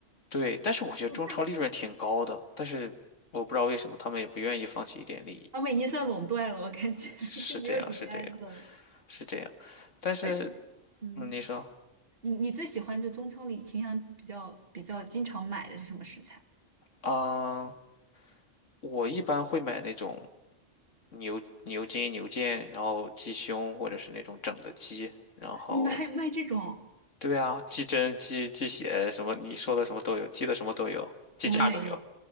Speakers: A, on the left; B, on the right.
A: 对，但是我觉得中超利润挺高的，
B: 我
A: 但是我不知道为什么他们也不愿意放弃一点利益，
B: 他们已经算垄断了，我感觉
A: 是这样，
B: <laughs> 就没有几家在做了。
A: 是这样，是这样。但是
B: 而且，嗯，
A: 嗯你说，
B: 你你最喜欢就中超里倾向比较比较经常买的是什么食材？
A: 啊、我一般会买那种牛牛筋、牛腱，然后鸡胸或者是那种整的鸡，然后
B: 你们还有卖这种？
A: 对啊，鸡胗、鸡鸡血什么，你说的什么都有，鸡的什么都有，鸡架都有
B: 我们没有，